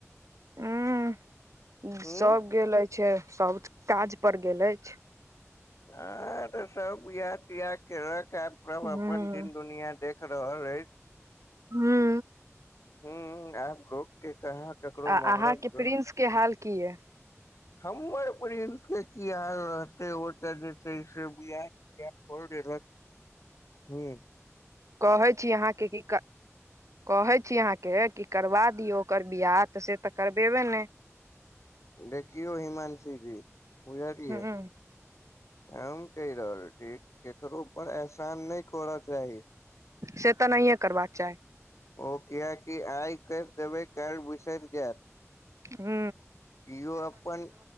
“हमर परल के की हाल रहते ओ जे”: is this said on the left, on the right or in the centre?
Left